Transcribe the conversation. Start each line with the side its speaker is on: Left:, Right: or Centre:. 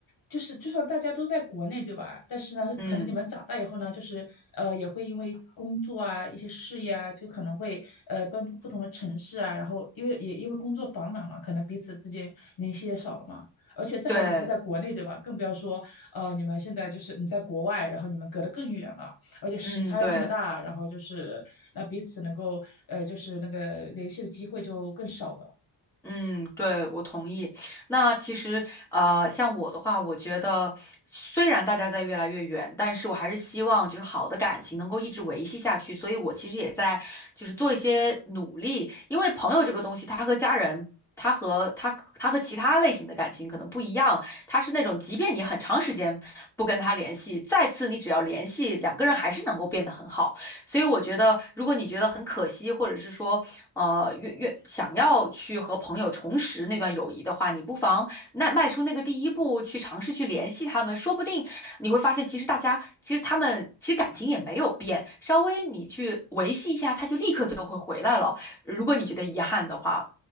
Left: 就是就算大家都在国内，对吧？但是呢，
Centre: 嗯，
Left: 可能你们长大以后呢，就是呃，也会因为工作啊、一些事业啊，就可能会呃奔赴不同的城市啊，然后因为也因为工作繁忙嘛，可能彼此之间联系也少了嘛。而且这还只是在国内，
Centre: 对，
Left: 对吧？更不要说呃，你们现在就是你在国外，然后你们隔得更远了。而且时差又那么大，
Centre: 嗯对。
Left: 然后就是那彼此能够呃就是那个联系的机会就更少了。
Centre: 嗯，对，我同意。那其实，呃，像我的话，我觉得虽然大家在越来越远，但是我还是希望就是好的感情能够一直维系下去。所以我其实也在就是做一些努力，因为朋友这个东西，他和家人，他和他他和其他类型的感情可能不一样，他是那种即便你很长时间不跟他联系，再次你只要联系，两个人还是能够变得很好。所以我觉得，如果你觉得很可惜，或者是说呃，越越想要去和朋友重拾那段友谊的话，你不妨那迈出那个第一步，去尝试去联系他们，说不定你会发现，其实大家其实他们其实感情也没有变，稍微你去维系一下，他就立刻就会回来了。如果你觉得遗憾的话，